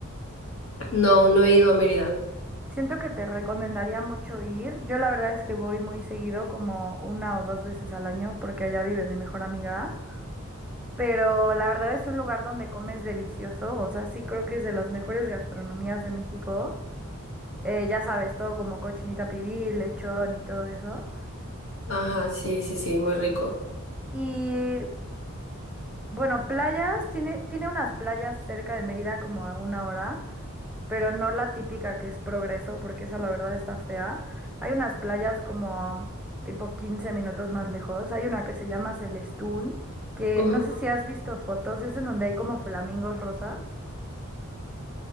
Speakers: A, on the left (about 65°); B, in the centre.
A: No, no he ido a Mérida.
B: Siento que te recomendaría mucho ir. Yo la verdad es que voy muy seguido, como una o dos veces al año, porque allá vive mi mejor amiga. Pero la verdad es un lugar donde comes delicioso. O sea, sí creo que es de las mejores gastronomías de México. Eh, ya sabes, todo como cochinita pibil, lechón y todo eso.
A: Ajá, sí, sí, sí, muy rico.
B: Y Bueno, playas, tiene, tiene unas playas cerca de Mérida como a una hora, pero no la típica que es Progreso, porque esa la verdad está fea. Hay unas playas como um, tipo 15 minutos más lejos. Hay una que se llama Celestún, que
A: Ujú.
B: no sé si has visto fotos, es en donde hay como flamingos rosas.